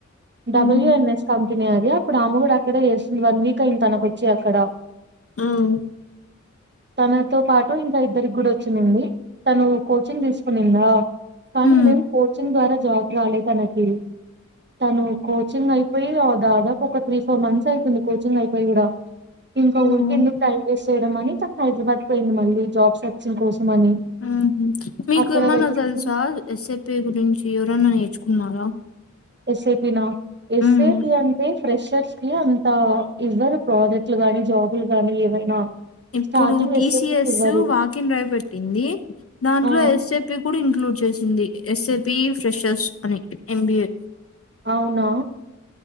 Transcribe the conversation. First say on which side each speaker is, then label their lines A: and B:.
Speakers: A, on the right (about 35°); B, on the left (about 50°).
A: డబ్ల్యూ
B: హ్మ్.
A: ఎన్ ఎస్ కం అప్పుడు ఆమె కూడా అక్కడే చేస్తుంది వన్ వీక్ అయింది తనకొచ్చి అక్కడ
B: ఆ!
A: తనతో పాటు ఇంకా ఇద్దరికి కూడా వచ్చిన్నింది తను కోచింగ్ తీసుకునిందా కానీ
B: హ్మ్.
A: ఇదేం కో ఇంకా జాబ్ రాలే తనకి తను కోచింగ్ అయిపోయి ద దదాపు ఒక త్రీ ఫోర్ మంత్స్ అయితుంది కోచింగ్ అయిపోయి కూడా ఇంకా
B: ఓహ్!
A: ఊరికి ఎందుకు టైం వేస్ట్ చేయడంమని కా హైదరాబాద్ పోయింది మళ్ళీ జాబ్ సర్చింగ్ కోసం అని
B: ఉ మీకు
A: అక్కడ
B: ఏమనా
A: వెతుకు
B: తెలుసా ఎస్ఎపి గుంచి ఎవరైనా నేర్చుకున్నారా
A: ఎస్ఏపీ నా ఎస్
B: హ్మ్.
A: ఏ పి అంటే ఫ్రెషర్స్ ని అంతా ఇవరు ప్రాజెక్టులు గాని జాబులు గాని ఏవైనా
B: ఇప్పుడు
A: స్టార్టింగ్
B: టిసిఎస్
A: ఎస్ఏపి కి ఇవ్వరు
B: వాకిన్ డ్రైవ్ పెట్టింది దాంట్లో
A: ఆ
B: ఎస్సెపి కూడా ఇంక్లూడ్ చేసింది ఎస్ఏబి ఫ్రెషర్స్ అని ఎంబిఏ
A: అవునా